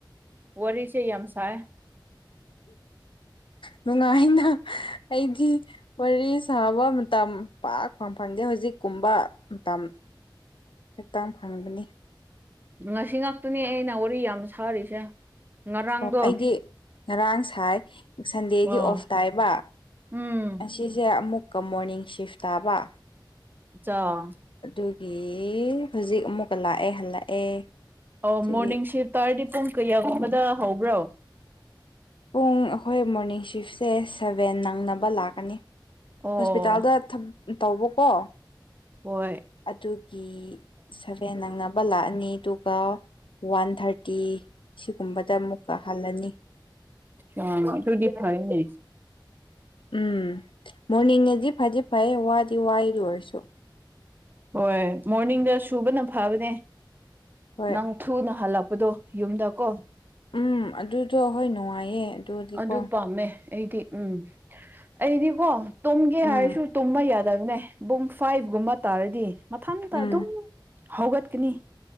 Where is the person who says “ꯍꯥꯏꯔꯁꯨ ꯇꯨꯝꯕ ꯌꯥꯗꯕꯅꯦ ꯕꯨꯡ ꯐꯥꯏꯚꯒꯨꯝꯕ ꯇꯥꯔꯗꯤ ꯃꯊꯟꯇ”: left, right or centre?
Right